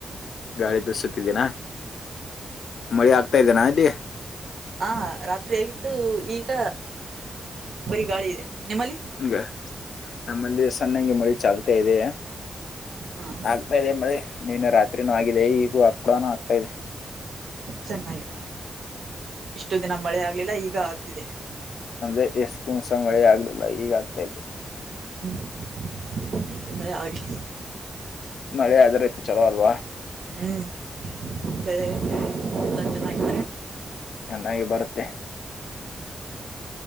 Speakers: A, on the left; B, on the right.
A: ಗಾಳಿ ಬಸುತ್ತಿದ್ದೀನಾ ಮಳೆ ಆಗ್ತಾ ಇದನಾ ಅಲ್ಲಿ
B: ಹ ರಾತ್ರಿ ಆಗಿತ್ತು ಈಗ ಬರಿ ಗಾಳಿ ಇದೆ ನಿಮ್ಮಲ್ಲಿ
A: ಈಗ ನಮ್ಮಲ್ಲಿ ಸನ್ನಂಗೆ ಮಳಿ ಚಲ್ತಾ ಇದೆ
B: ಹಾಂ
A: ಆಗ್ತಾ ಇದೆ ಮಳಿ ನೀನೇ ರಾತ್ರಿ ಹರಿ ಆಗಿದೆ ಈಗ ಹ ಆ ಕೂಡ ಆಗ್ತಾ ಇದೆ
B: ಚೆನ್ನಾಗಿ ಇಷ್ಟು ದಿನ ಮಳೆ ಆಗ್ಲಿಲ್ಲ ಈಗ ಆಗ್ತಿದೆ
A: ಅಂದ್ರೆ ಎಷ್ಟು ದಿವಸ ಮಳೆ ಆಗ್ಲಿಲ್ಲ ಈಗಾಆಗ್ತಲ್ಲಿ
B: ಹ್ಮ್ ಇಲ್ಲಿ ಮಳೆ ಆಗ್ಲಿ
A: ಮಳೆ ಆದ್ರೆ ಚಲೋ ಅಲ್ವಾ
B: ಹ್ಮ್ ಬೆಳೆ
A: ಮತ್ತೆ
B: ಬೆ ಎಲ್ಲ ಚೆನ್ನಾಗಿ
A: ಚೆನ್ನಾಗಿ ಬರುತ್ತೆ